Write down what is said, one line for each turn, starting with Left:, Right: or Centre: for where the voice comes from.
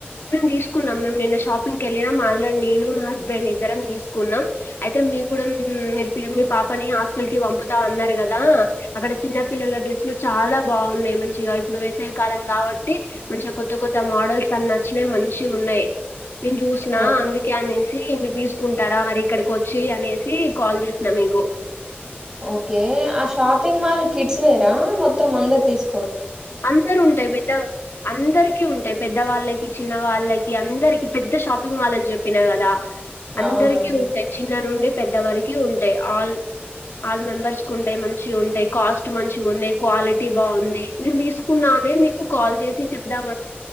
Left: మీము తీసుకున్నాం మేము నిన్న షాప్ కెళ్ళినం ఆల్రెడీ నేను మా హస్బెండ్ ఇద్దరం తీసుకున్నాం అయితే మీ కూడా మీరు మీ పాప ని హాస్టల్ కి పంపుతా ఉన్నారు కదా అక్కడ చిన్నపిిల్లల డ్రెస్ లు చాలా బాగున్నాయి మంచిగా ఇప్పుడు సవి కాలం కాబట్టి మంచిగా కొత్త కొత్త మోడల్స్ అన్ని నచ్చినవి మంచిగ ఉన్నాయి నేను చూసిన
Right: ఆ,
Left: అందుకే అనే సి మీరు తీసుకుంటారా మరి ఇక్కడికి వచ్చి అనేసి కాల్ చేసిన మీకు
Right: ఓకే ఆ షాపింగ్ మాల్ కిట్స్ వేరా మొత్తం అందరు తీస్
Left: అందరు ఉంటాయి పెద్ద అందరి కి ఉంటాయి పెద్ద వాళ్ళకి చిన్న వాళ్ళకి అందరికి పెద్ద షాపింగ్ మాల్ అని చెప్పినా కదా అందరికి
Right: అవునా
Left: ఉంటాయి చిన్న నుండి పెద్దవరకి ఉంటాయి ఆల్ ఆల్ మెంబర్స్ కి ఉంటాయి మంచిగా ఉంటాయి కాస్ట్ మంచిగా ఉంది క్వాలిటీ బాగుంది నేను తీసుకున్నా అనే మీకు కాల్ చేసి చెప్దామ